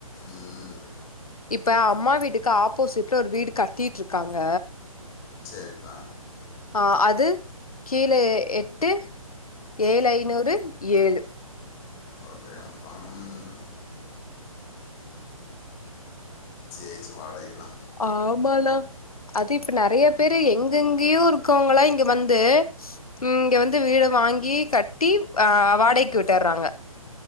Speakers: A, on the left; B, on the left.
A: ம்
B: இப்ப அம்மா வீட்டுக்கு ஆப்போசிட்ல ஒரு வீடு கட்டிட்டிட்ருக்காங்க
A: சரிப்பா
B: ஆ அது கீழ எட்டு ஏழு ஐநூறு ஏழு
A: ஓகேப்பா ம் ஏச்சு வாடகைல்லா
B: ஆமாணா அது இப்ப நெறையா பேரு எங்கெங்கயோ இருக்கவங்களா இங்க வந்து ம் இங்க வந்து வீடு வாங்கி கட்டி ஆ வாடைக்கு விட்டர்றாங்க